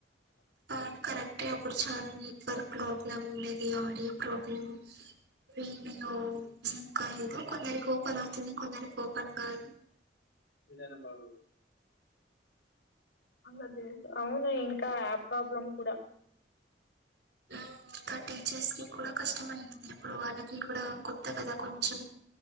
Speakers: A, on the right; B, on the left.
A: అవును కరెక్టే అప్పుడు చాల నెట్వర్క్ ప్రాబ్లం ఉండేది ఆడియో ప్రాబ్లం వెయిండింగో ఇంకా ఏదో కొందరికి ఓపెన్ అవుతుంది కొందరికి ఓపెన్ కాదు
B: మీదనే పదు అందరు దేలుసు అవును ఇంకా యాప్ ప్రాబ్లం కూడా
A: హు ఇంకా టీచర్స్ కి కూడా కష్టం అయింది ఇప్పుడు వాళ్ళకి కూడా కొత్త కదా కొంచెం